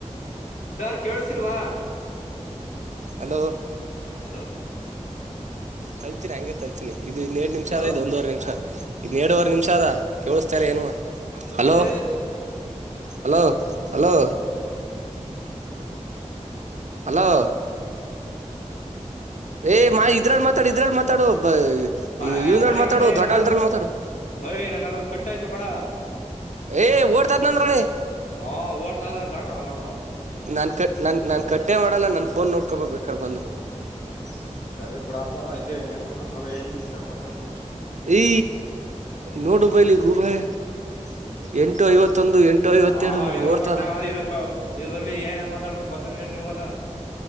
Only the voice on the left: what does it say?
ಸಾರ್ ಕೇಳಸಲ್ವಾ
ಹಲೋ
ಹಲೋ
ಹ್ಮ
ಆಯ್
ಬಡಿ
ಗಣೆ
ನಾ
ಯ್ ನಾನು ಅದ್ರ ಕಾಯಯ್ತು ಕಡ
ಹಾ ಓಡ್ತದ ಗಲ್ಲ ಅವಡ
ಹ್ಮ ಸರಿ ಬಿುಡಾಪ್ಪಐತೆ ಏನ್ಕಲ್ಲ ಎಂದ್ ನಿಮಿಷ ಮಾತಾಡಿದ್ ಅಸ್ರ್
ಹ್ಮ್
ಹಾ
ಇದ್ರ
ಕಟ್ ಆಗ ಇದ ಇದ್ರಲ್ಲಿ ಏನೇ ಮಾತಾಡರು ಬರ್ತಾನ ನೀವಲ್ಲ